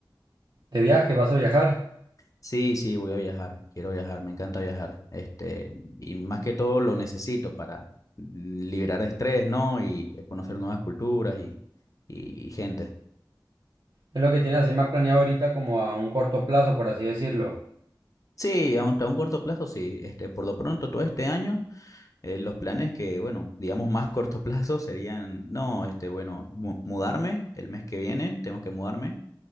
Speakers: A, on the right (about 65°); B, on the left (about 45°).
A: De viaje, vas a viajar.
B: Sí, sí, voy a viajar, quiero viajar, me encanta viajar. Este, y más que todo lo necesito para liberar estrés, ¿no? Y conocer nuevas culturas y, y gente.
A: Es lo que tienes así más planeado ahorita como a un corto plazo, por así decirlo.
B: Sí, aunque a un corto plazo, sí. Este, por lo pronto todo este año. Eh, los planes que, bueno, digamos más corto <laughs> plazo serían, no, este, bueno, mu- mudarme el mes que viene, tengo que mudarme,